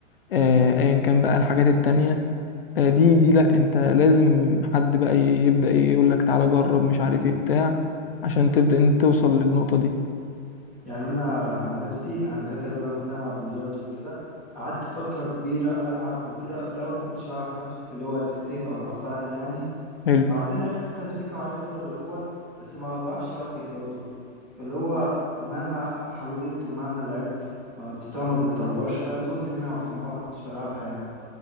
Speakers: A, on the left (about 50°); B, in the centre.
A: آه، ايا كان بقى الحاجات التانية آه، دي دي لا انت لازم حد بقى يبدأ يقول لك تعالى جرب مش عارف ايه بتاع عشان تبدأ انت توصل للنقطة دي
B: يعني انا عن نفسي انا جيت اجرب مثلا العب بلياردو وكده قعدت فترة كبيرة العب وكده في الاول ما كنتش بعرف امسك اللي هو الستيك او العصاية يعني
A: حلو
B: بعدين عرفت امسكها وعرفت اضرب الكور بس ما بعرفش اوجه برضه فاللي هو مهما حاولت ومهما لعبت ما مستواي ما بيتطورش فزهقت منها فما كنتش بلعبها يعني